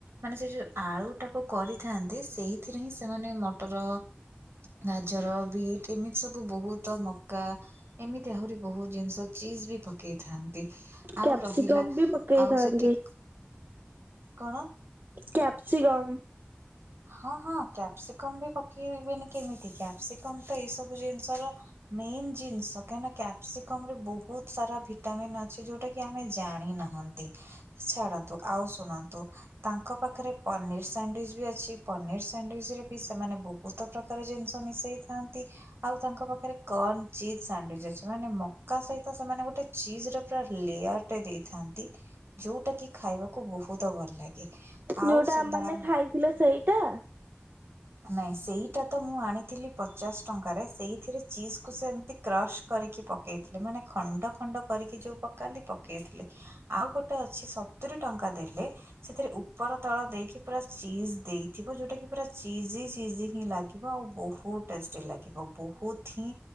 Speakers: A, on the right; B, on the right.
A: ମାନେ ସେ ଯୋଉ ଆଳୁ ଟାକୁ କରିଥାନ୍ତି ସେଇଥିରେ ହିଁ ସେମାନେ ମଟର ଗାଜର, ବିଟ ଏମିତି ସବୁ ବହୁତ ମକା ଏମିତି ଆହୁରି ବହୁତ ଜିନିଷ ଚିଜ ବି ପକେଇଥାନ୍ତି ଆଉ
B: କ୍ୟାପ୍ସିକମ
A: ରହିଲା
B: ବି ପକେଇଥାନ୍ତି
A: ଆଉ ସେଠି କଣ?
B: କ୍ୟାପସିଗମ୍।
A: ହଁ ହଁ କ୍ୟାପ୍ସିକମ ବି ପକେଇବେନି କେମିତି କ୍ୟାପ୍ସିକମ ତ ଏଇ ସବୁ ଜିନିଷର- ମେନ୍ ଜିନିଷ କାହିଁନା କ୍ୟାପସିକମ ରେ ବହୁତ ସାରା ଭିଟାମିନ୍ ଅଛି ଯୋଉ ଟାକି ଆମେ ଜାଣିନାହାନ୍ତି। ଛାଡନ୍ତୁ ଆଉ ଶୁଣନ୍ତୁ ତାଙ୍କ ପାଖରେ ପନିର ସାଣ୍ଡିଚ ବି ଅ ଛି ପନିର ସାଣ୍ଡିଚ ରେ ବି ସେମାନେ ବହୁତ ପ୍ରକାର ଜିନିଷ ମିଶେଇ ଥାନ୍ତି। ଆଉ ତାଙ୍କ ପାଖରେ କନ୍ ଚିଜ୍ ଶାଣ୍ଡଉଇଚ୍ ଅଛି ମାନେ ମକା ସହିତ ସେମାନେ ଗୋଟେ ଚିଜର ପୁରା ଲେଆର ଟେ ଦେଇଥାନ୍ତି ଯୋଉଟା କି ଖାଇବାକୁ ବହୁତ ଭଲ ଲାଗେ। ଆଉ
B: ଯୋଉଟା
A: ସେ
B: ଆମମାନେ
A: ଦା
B: ଖାଇଥିଲେ ସେଇଟା
A: ନାଇଁ ସେଇଟା ତ ମୁଁ ଆଣିଥିଲି ପଚାଶ ଟଙ୍କାରେ ସେଇଥିରେ ଚିଜକୁୁ ସେମତି କ୍ରସ କରିକି ପକେଇଥିଲେ ମାନେ ଖଣ୍ଡ ଖଣ୍ଡ କରିକି ଯୋଉ ପକାନ୍ତି ପକେଇଥିଲେ। ଆଉ ଗୋଟେ ଅଛି ସତୁରି ଟଙ୍କା ଦେଲେ ସେଥିରେ ଉପର ତଳ ଦେଇକି ପୁରା ଚିଜ ଦେଇଥିବ ଯୋଉଟା କି ପୁରା ଚିଜି ଚିଜି ହିଁ ଲାଗିବ ଆଉ ବହୁତ ଟେଷ୍ଟି ଲାଗିବ ବହୁତ ହିଁ